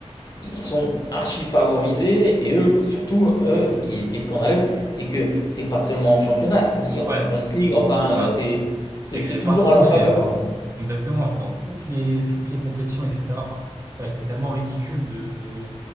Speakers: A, on the left (about 35°); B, on the right (about 25°).
A: ils sont archi favorisés et eux surtout, eux, ce qui est, ce qui est scandaleux, c'est que c'est pas seulement en championnat, c'est aussi en
B: Ouais,
A: Champions League. Enfin,
B: c'est ça.
A: euh, c'est
B: C'est
A: c'est
B: que
A: c'est
B: c'est
A: toujours
B: partout,
A: en leur
B: c'est
A: faveur
B: dans
A: quoi.
B: exactement, c'est dans toutes les toutes les compétitions, etc. Enfin, ouais, c'était tellement ridicule de